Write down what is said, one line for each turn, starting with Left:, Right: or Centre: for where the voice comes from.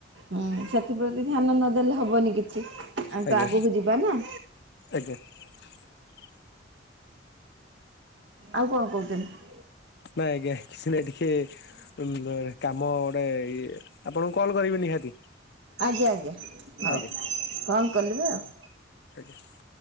Right: ହୁଁ ସେଥିପ୍ରତି ଧ୍ୟାନ ନଦେଲେ ହବନିକିଛି ଆମେତ
Left: ଆଜ୍ଞା
Right: ଆଗକୁ ଯିବା ନା
Left: ଆଜ୍ଞା। <unintelligible>
Right: ଆଉ କଣ କହୁଛନ୍ତି?
Left: ନାଇଁ ଆଜ୍ଞା କିଛି ନାଇଁ ଟିକେ ଉଁ କାମ ଗୋଟେ ଇଏ ଆପଣଙ୍କୁ କଲ କରିବି ନିହାତି
Right: ଆଜ୍ଞା ଆଜ୍ଞା ହଉ
Left: ଆଜ୍ଞା
Right: କଣ କଲିବେ ଆଉ
Left: ଆଜ୍ଞା।